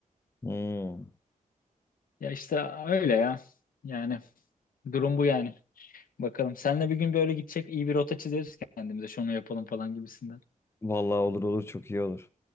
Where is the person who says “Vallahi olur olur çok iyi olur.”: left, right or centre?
Left